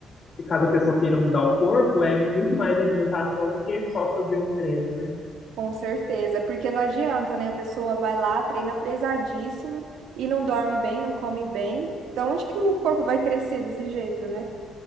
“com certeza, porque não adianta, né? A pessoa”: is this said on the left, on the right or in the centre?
Right